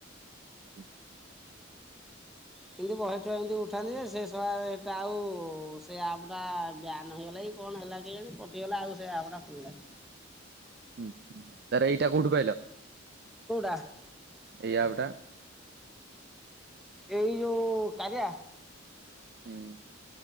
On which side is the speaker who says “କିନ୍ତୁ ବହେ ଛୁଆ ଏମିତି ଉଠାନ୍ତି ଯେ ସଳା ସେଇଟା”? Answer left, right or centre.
Centre